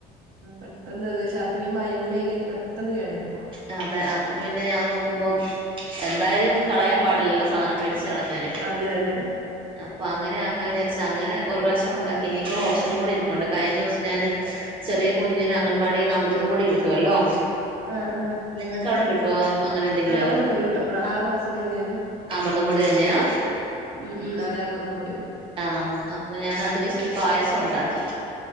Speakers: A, on the right; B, on the right.
A: പെട്ടന്നത് ശർക്കരയുംമായയും കൂടി ആയി കയിഞ്ഞാൽ പെട്ടെന്ന് കേട് വരും
B: അ അതെ അപ്പൊ പിന്നെ ഞാൻ നോക്കുമ്പോഎന്തായാലും കളയാൻ പാടില്ലല്ലോ സാധനം മേടിച്ച്കളഞ്ഞാല്
A: അതെ അതെ
B: അപ്പൊ അങ്ങനെ ആക്കാഞ്‌ വിചാരിച്ച് അങ്ങനെ ഒരുപ്രാവശ്യം ഉണ്ടാക്കി ഇനിയിപ്പൊ കുറച്ചും കൂടി ഇരിപ്പുണ്ട് കയിഞ്ഞ ദിവസം ഞാന് ചെറിയ കുഞ്ഞിന് അംഗൻവാടീന്ന് അമൃതം പൊടി കിട്ടുവല്ലോ
A: ആഹ് ആഹ്
B: നിങ്ങക്കവിടെക്കിട്ട് ട്ടുവാ അങ്ങനെ എന്തെങ്കിലോ
A: ആഹ് അവിടെ കിട്ടും കിട്ടും ആഹ് ആറ് മാസം കഴിഞ്ഞാലും
B: അമൃതം പൊടി തന്നെയാ
A: ഉം ഉം അരെഅമൃതം പൊടി
B: ആഹ് അപ്പഞാൻ അത് വെച്ചിട്ട് പായസം ഉണ്ടാക്കി